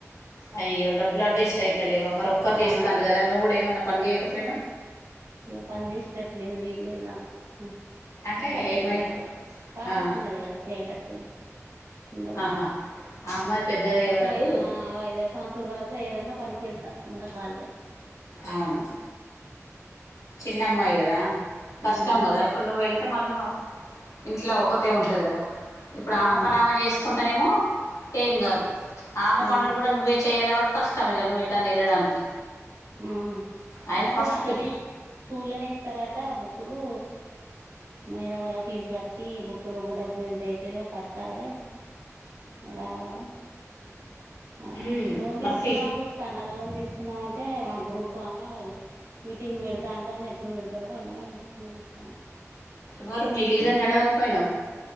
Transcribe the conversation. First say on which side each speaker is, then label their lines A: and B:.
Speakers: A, on the left (about 70°); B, on the right (about 65°).
A: అయ్యో డబ్బు అడ్జస్ట్ అవుతలేవా మరి ఒక్కరు
B: ఆ
A: చేస్తళ్ళు కదా నువ్వు కూడా ఏమన్నా పని చేయకపోయినవ్
B: ఇగ పని చేసేటట్టు లేదు వీలు లేదు నాకు మ్
A: అంటే
B: పని చేయాలంటే
A: ఏమై
B: పాప
A: ఆ,
B: చిన్నది కదా చేయనట్టు చిన్నది
A: ఆహా ఆ అమ్మాయి
B: మ్
A: పెద్దదయ్యే
B: ఒక
A: వరకు
B: ఐదు ఆ ఐదర్ సంవత్సరాల తర్వాత ఏదన్నా పనికేళ్తా ఉండ కాలీగా
A: అవును చిన్నమ్మాయి కదా కష్టం
B: ఉమ్
A: కాదా ఇప్పుడు నువెవ్ తే మళ్ళ ఇంట్లో ఒక్కతే ఉంటది కదా ఇప్పుడు ఆమె
B: ఉమ్
A: పని ఆమె చేసుకుంటేనేమో ఏం కాదు ఆమె
B: ఆ
A: పనులు కూడా నువ్వే చేయాలి కాబట్టి కష్టం ఇగ నువ్వు ఏటన్న వెళ్ళడానికి
B: ఆ
A: అయినా
B: బుక్కులు
A: ఫస్ట్
B: అన్లనే
A: పిల్
B: స్కూల్లనే ఇస్తారాట బుక్కులు మేడం వల్ల ఫీజు కట్టి బుక్కులకు డబ్బులు ఎంత అయితయో కట్టాలే రావాలే ఆ
A: ఉమ్,
B: లోన్
A: మరి
B: తీసుకుందామని
A: ఫీ
B: చు త్తన లోన్ తీసుకుందామంటే మా గ్రూప్ ఆమె మీటింగ్ పెడుతా అంటంది ఎప్పుడు పెడుతారో ఏమో అని చుత్తన
A: ఎవరు మి లీడర్నడగకపోయినావ్